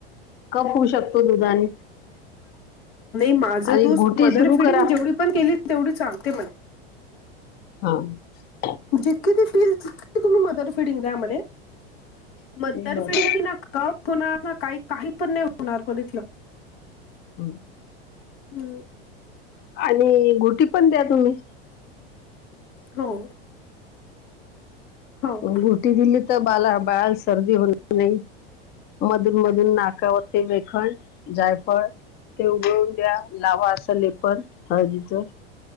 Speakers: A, on the left (about 35°); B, on the left (about 75°).
A: कफ होऊ शकतो दुधाने
B: माझं
A: आणि
B: दूंध
A: घुटी
B: मदर
A: सुरू
B: फिडिंग
A: करा
B: जेवढं पणं केली तेवढी चालते मणे
A: हां
B: जितकीे ते फील्ड जिते तुम्हीं मदर फिडिंग द्या म्हंणे मदर
A: बर
B: फिडिंग लंग कंप होणारं नां कांहीं कांहीं पणं नाहीं होणारं म्हणतं
A: हं
B: हम्मं
A: आणि घुटी पणं द्यां तुम्हीं
B: होव होव
A: गुटी दिली तरं बांला बाळां सर्दी होणारं नाहीं मधूंन मधूंन नाकांवरती वेखण जायफळ ते उघळूंन द्यां लांवा असं लेपर हळदीचं